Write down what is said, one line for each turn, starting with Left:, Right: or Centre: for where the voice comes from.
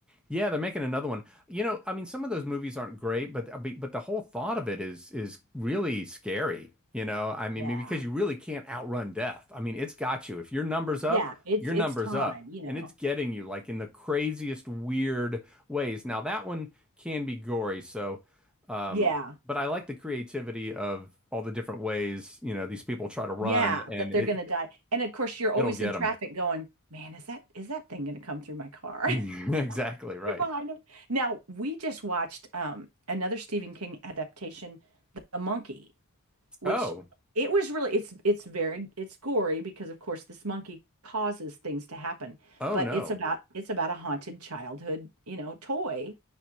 Centre: yeah, they're making another one. You know, I mean, some of those movies aren't great, but but the whole thought of it is is really scary. You know, I mean,
Right: yeah,
Centre: because you really can't outrun death. I mean, it's got you. If your number's up,
Right: yeah. It's
Centre: your
Right: it's
Centre: number's
Right: time,
Centre: up,
Right: you know.
Centre: and it's getting you like in the craziest, weird ways. Now that one can be gory, so, um,
Right: Yeah,
Centre: but I like the creativity of all the different ways, you know, these people try to run,
Right: yeah,
Centre: and
Right: that they're
Centre: it
Right: gonna die. And of course, you're always
Centre: it'll get
Right: in traffic
Centre: them.
Right: going, man, is that is that thing gonna come through my car?
Centre: <laughs>
Right: <laughs>
Centre: Exactly right.
Right: You're behind him. Now, we just watched um, another Stephen King adaptation, The, The Monkey, which
Centre: Oh,
Right: it was really it's it's very it's gory because of course this monkey causes things to happen,
Centre: oh
Right: but
Centre: no,
Right: it's about it's about a haunted childhood, you know, toy